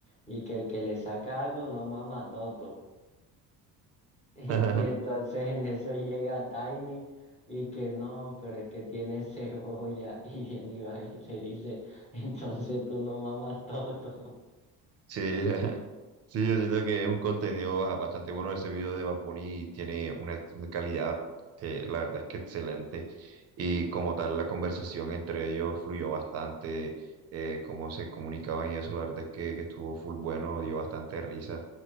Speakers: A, on the left (about 15°); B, on the right (about 40°).
A: Y que el que le saca algo no mama toto. <laughs> Y,
B: <laughs>
A: y entonces en eso llega Tiny y que no, pero es que tiene <laughs> cebolla. Y viene y va y le dice, entonces tú no mamas toto.
B: Sí, <laughs> sí, yo siento que es un contenido ba- bastante bueno ese video de Bad Bunny, tiene una calidad que la verdad es que excelente y como tal la conversación entre ellos fluyó bastante, eh, cómo se comunicaban y eso, la verdad es que, que estuvo full bueno, dio bastante risa